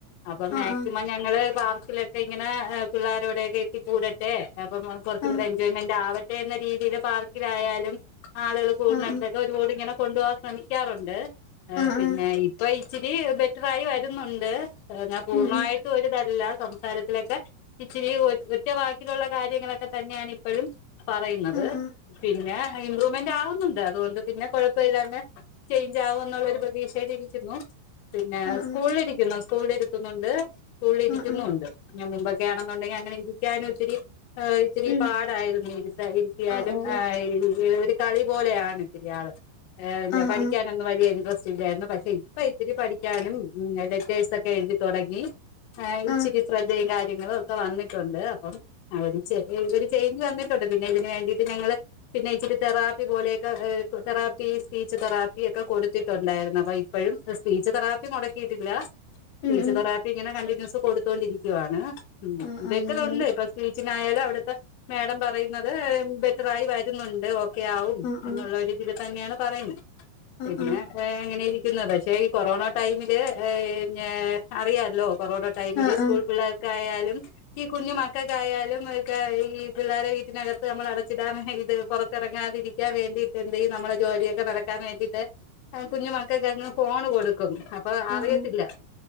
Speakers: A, on the left; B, on the left.
A: അപ്പൊ
B: ആഹ്
A: മാക്സിമം ഞങ്ങള് പാർക്കിലൊ ക്കെ ഇങ്ങനെ പിള്ളോരോടെയക്കെ എത്തി കൂടട്ടെ അപ്പം <unintelligible> കൊർച്ചുകൂടെ
B: ആഹ്
A: എൻജോയ്മെന്റ് ആവ ട്ടെന്നരീതില് പാർക്കിലായാലും ആളുകൾ കൂടുന്നോട്തൊക്കെ
B: ആഹ് ആഹ് ആഹ്
A: ഒരുപാടിങ്ങനെ കൊണ്ടുപോവാൻ ശ്രമിക്കാറുണ്ട്
B: ആഹ്
A: പിന്നെ
B: ആഹ്
A: ഇപ്പൊ ഇച്ചിരി ബെറ്ററായി വരുന്നുണ്ട് ഞാൻ പൂർണ്ണമായിട്ടും
B: ഉം ഉം
A: ഒരുതല്ല സംസാരത്തിലൊക്കെ ഇച്ചിരി ഒറ്റ് ഒറ്റവാക്കിലുള്ള കാര്യങ്ങളൊക്കെ തന്നേണ് ഇപ്പഴും പറയുന്നത്
B: ആഹ് ആഹ്
A: പിന്നെ ഇംമ്പ്രൂവമെന്റ് ആവുന്നുണ്ട് അതുകൊണ്ട് പിന്നെ കൊഴപ്പയില്ലാന്ന് ചേഞ്ച് ആവുന്നുള്ളരു പ്രതീക്ഷയിലിരി ക്കുന്നു പിന്നെ
B: ആഹ്
A: സ്കൂളിരിക്കുന്നു സ്കൂളിരുത്തുന്നുണ്ട് സ്കൂളിരിക്കുന്നുണ്ട്
B: ആഹ് ആഹ്
A: മുമ്പൊക്കെയണെന്നുണ്ടെങ്കിൽ അങ്ങനെ ഇരിക്കാനും ഒത്തിരി ഹാ ഇത്തിരി
B: ഉം
A: പാടായിരുന്നു ഇരുത്ത ഇരിത്തിയാലും
B: ആഹ് ഓ
A: ആഹ് <unintelligible> ഒരു കളിപോലെയാണിത്തിരിയാള് ഏഹ്
B: ആഹ്
A: പഠിക്കാനൊന്നും
B: ആഹ്
A: വലിയ ഇൻട്രസ്റ്റല്ലായിരുന്നു പക്ഷെ ഇ ഇപ്പ ഇത്തിരി പഠിക്കാനും ഉം ലെറ്റേഴ്സ് ഒക്കെ എഴുതി തൊടങ്ങി ഏഹ് ഇച്ചിരി
B: ആഹ്
A: ശ്രദ്ധയും കാര്യങ്ങളും ഒക്കെ വന്നിട്ടുണ്ട് അപ്പം ഒരു ഒരു ചേഞ്ച് വന്നിട്ടുണ്ട് പിന്നെ ഇതിന് വേണ്ടിയിട്ട് ഞങ്ങള് പിന്നെ ഇച്ചിരി തെറാപ്പി പോലെയൊക്കെ ഏ തെറാപ്പി സ്പീച്ച് തെറാപ്പി ഒക്കെ കൊടുത്തിട്ടുണ്ടായിരുന്നു അപ്പൊ ഇ ഇപ്പോഴും സ്പീച്ച് തെറാപ്പി മുടക്കിട്ടില്ല സ്പീച്ച്
B: ഉം ഉം
A: തെറാപ്പി ഇങ്ങനെ കണ്ടിന്യൂസ് കൊടു ത്തോണ്ട്രിക്കാണ് ഉം
B: ആഹ്
A: ബെറ്ററുണ്ട്
B: അതെല്ലേ
A: ഇപ്പം സ്പീച്ചിനായാലും അവിടുത്തെ മാേഡം പറയുന്നത് ബെറ്ററായി വരുന്നുണ്ട് ഓ ക്കെ ആവും
B: ആഹ്
A: എന്നുള്ളര്‌ത്
B: ആഹ്
A: തന്നെയാണ് പറയുന്നെ
B: ആഹ്
A: പിന്നെ
B: ആഹ്
A: എങ്ങനെ ഇരി ക്കുന്നത് പക്ഷേ ഈ കൊറോണ ടൈമില് ഏഹ് ഏഹ് അറിയാല്ലോ കൊറോണ ടൈമില്
B: ആഹ്
A: സ്കൂൾ
B: ആഹ്
A: പിള്ളേർ ക്കായാലും ഈ കുഞ്ഞു മക്കക്കായാലും ഇക്ക ഈ പിള്ളേരെ വീട്ടിനകത്ത് നമ്മൾ അടച്ചിടാൻ ഇത് പൊറ ത്തെറങ്ങാതിരിക്കാൻ വേണ്ടീട്ട് എന്ത് ചെയ്യും നമ്മുടെ ജോലിയൊക്കെ നടക്കാൻ വേണ്ടീട്ട് കുഞ്ഞു മക് ക്കങ്ങ് ഫോണ് കൊടുക്കും അപ്പൊ അറിയത്തില്ല
B: ആഹ് ആഹ്